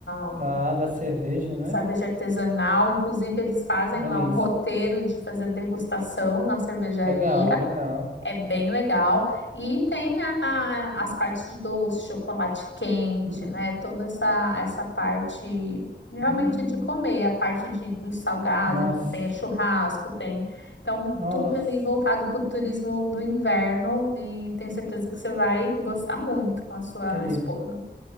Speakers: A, on the left; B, on the right.
A: a
B: Tá, da cerveja, né?
A: cerveja artesanal. Inclusive, eles fazem
B: Delícia.
A: lá um roteiro de fazer degustação na cervejaria.
B: Legal, legal.
A: É bem legal. E tem a- a- as partes de doce, chocolate quente,
B: Hum.
A: né? Toda essa, essa parte realmente
B: Hum.
A: de comer, a parte de, dos salgados,
B: Nossa,
A: então tem churrasco, tem. Então,
B: nossa,
A: tudo ali voltado para o turismo do inverno e tenho certeza que você vai gostar muito com a sua
B: entendi.
A: esposa.